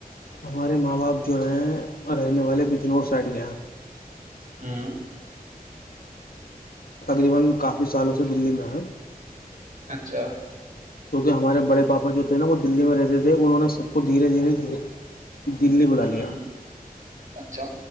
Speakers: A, on the left; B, on the right.
A: ہمارے ماں باپ جو ہیں رہنے والے بجنور سائڈ کے ہیں
B: <inaudible>
A: تقریبا کافی سالوں سے دلی میں
B: اچھا
A: کیونکہ ہمارے بڑے پاپا جو تھے نا وہ دلی میں رہتے تھے انہوں نے سب کو دھیرے دھیرے دھیرے دلی بلا
B: ہ
A: لیا
B: ہ اچھا